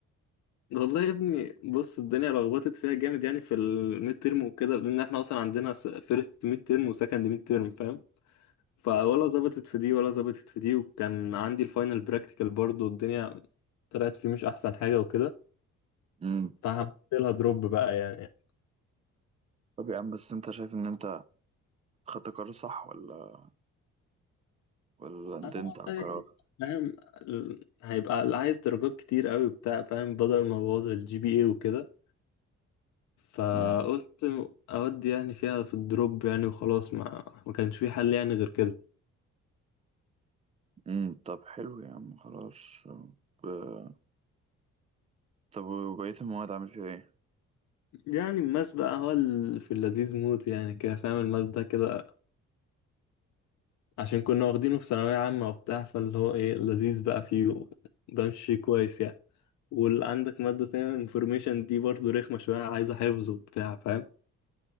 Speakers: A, on the left (about 70°); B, on the right (about 20°).
A: والله يا ابني بص الدنيا لخبطت فيها جامد يعني في الميد ترم وكده لان احنا اصلا عندنا فيرست ميد ترم وسكند ميد ترم فاهم فولا ظبطت في دي ولا ظبطت في دي وكان عندي الفاينل براكتيكال برضه الدنيا طلعت فيه مش احسن حاجه وكده
B: امم
A: فعملت لها دروب بقى يعني
B: طب يا عم بس انت شايف ان انت خدت قرار صح ولا ولا ندمت
A: أنا
B: على
A: والله
B: القرار
A: فاهم ال- هيبقى اللي عايز درجات كتير قوي بتاع فاهم بدل ما بوظ الجي بي اي وكده فقلت
B: امم
A: اودي يعني فيها في الدروب يعني وخلاص ما ما كانش في حل يعني غير كده
B: امم طب حلو يا عم خلاص ب- طب وبقية المواد عامل فيها ايه
A: يعني الماس بقى هو ال- في اللذيذ موت يعني كده فاهم الماس ده كده عشان كنا واخدينه في ثانوية عامة وبتاع فاللي هو ايه لذيذ بقى فيه بمشي كويس يعني وعندك مادة تانية انفورميشن دي برضه رخمة شوية عايزة حفظ وبتاع فاهم